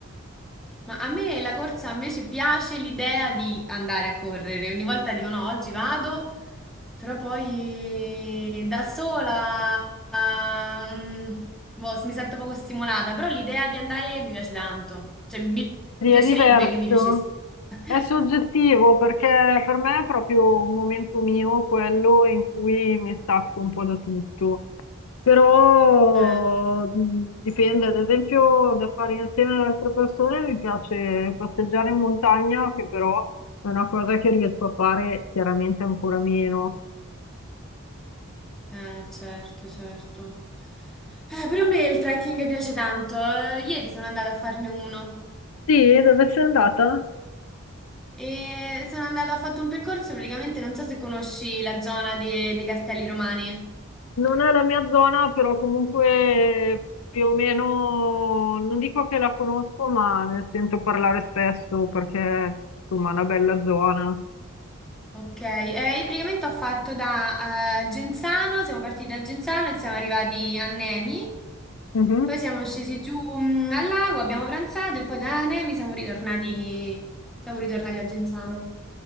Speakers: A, in the centre; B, on the left.
A: Ma a me la corsa invece piace l'idea di andare a correre. Ogni volta dico, no, oggi vado. Però poi da sola, ah, mm, boh, mi sento poco stimolata, però l'idea di andare mi piace tanto, cioè mi
B: Sì,
A: mi
B: È
A: piacerebbe
B: diverso,
A: che mi piacesse. <laughs>
B: è soggettivo perché per me è proprio un momento mio quello in cui mi stacco un po' da tutto. Però
A: Eh,
B: mh, dipende, ad esempio, da fare insieme ad altre persone mi piace passeggiare in montagna, che però è una cosa che riesco a fare chiaramente ancora meno.
A: eh, certo, certo. Eh, pure a me il trekking piace tanto. Eh, Ieri sono andata a farne uno
B: Sì, dove sei andata?
A: e sono andata, ho fatto un percorso praticamente, non so se conosci la zona di- dei Castelli Romani.
B: Non è la mia zona, però comunque più o meno, non dico che la conosco, ma ne sento parlare spesso perché insomma è una bella zona.
A: Ok, eh, io praticamente ho fatto da eh, Genzano, siamo partiti da Genzano e siamo arrivati a Nemi,
B: Mhm.
A: poi siamo scesi giù mm, al lago, abbiamo pranzato e poi da Nemi siamo ritornati, siamo ritornati a Genzano.